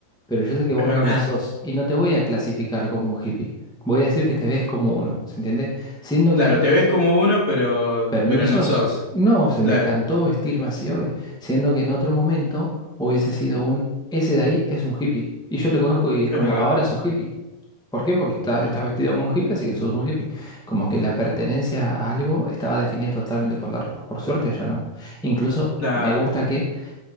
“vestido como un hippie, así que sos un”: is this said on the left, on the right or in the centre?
Centre